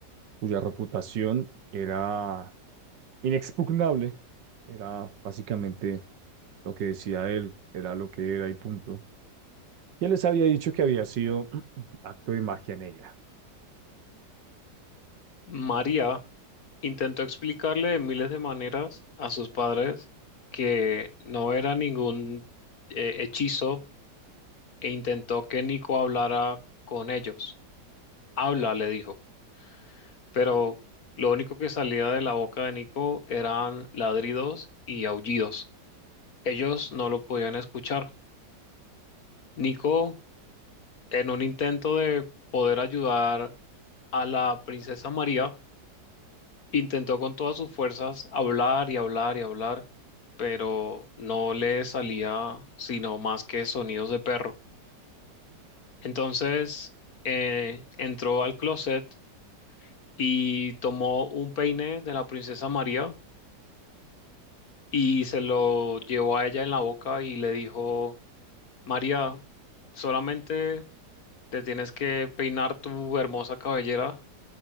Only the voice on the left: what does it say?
María intentó explicarle de miles de maneras a sus padres que no era ningún eh, hechizo e intentó que Nico hablara con ellos. Habla, le dijo, pero lo único que salía de la boca de Nico eran ladridos y aullidos. Ellos no lo podían escuchar. Nico En un intento de poder ayudar a la princesa María, intentó con todas sus fuerzas hablar y hablar y hablar, pero no le salía sino más que sonidos de perro. Entonces eh, entró al closet y tomó un peine de la princesa María y se lo llevó a ella en la boca y le dijo, María, solamente te tienes que peinar tu hermosa cabellera